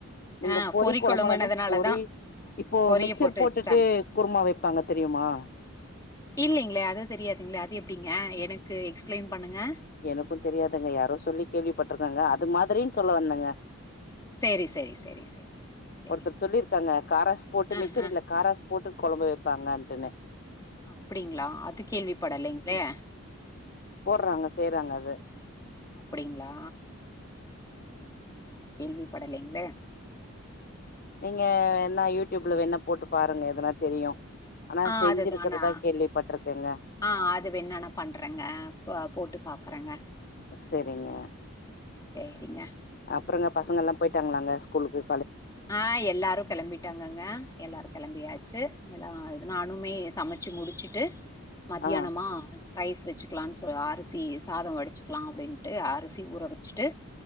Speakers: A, on the left (about 40°); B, on the left (about 15°).
A: நீங்க
B: ஆ
A: பொரி
B: பொறி
A: கொழம்புனதும்
B: கொழம்புனதுனாலதா
A: பொரி
B: ஆ
A: இப்போ
B: பொரிய
A: மிச்சர்
B: போட்டு
A: போட்டுட்டு
B: வச்சுட்டாங்க
A: குருமா வப்பாங்க தெரியுமா
B: இல்லைங்களே அது தெரியாதுங்களே அது எப்டிங்க எனக்கு எக்ஸ்பிளைன் பண்ணுங்க
A: எனக்கு தெரியதுங்க யாரோ சொல்லி கேள்விப்பட்ருக்காங்க அது மாதிரின்னு சொல்ல வந்தேங்க
B: சேரி சேரி சேரி சேரிங்க சேரி
A: ஒருத்தர் சொல்லியிருக்காங்க காராஸ் போட்டு
B: ஆ
A: மிச்சர்
B: ஆ
A: இல்ல காரஸ் போட்டு குழம்பு வப்பாங்கட்டுன்னு
B: அப்படிங்களா அது கேள்வி படலைங்களே
A: போடறாங்க செய்யறாங்க அது
B: அப்படிங்களா அது கேள்வி படலைங்களே
A: நீங்க என்ன யூடிபுல வேன போட்டு பாருங்க எதனா தெரியு ஆனா
B: ஆ
A: செஞ்சிருக்கிறதா
B: அதுதானா
A: கேள்விப்பட்ருக்கேங்க
B: ஆ அது வேனன்னா நா பண்றேங்க ப்ப போட்டு பாக்குறேங்க
A: செரிங்க
B: சேரிங்க
A: அப்புறங்க பசங்க எல்லா போயிட்டாங்களாங்க ஸ்கூலுகு
B: ஆ எல்லாரும் கிளம்பிட்டாங்கங்க எல்லாரு கிளம்பியாச்சு எல்லாயிது நானுமே சமச் மச்சு முடிச்சுட்டு மத்தியானமா
A: ஆ
B: ரைஸ் வச்சுக்கலானு சொ அரிசி சாதோ வடிச்சுக்கலா அப்படின்ட்டு அரிசி ஊற வச்சுட்டு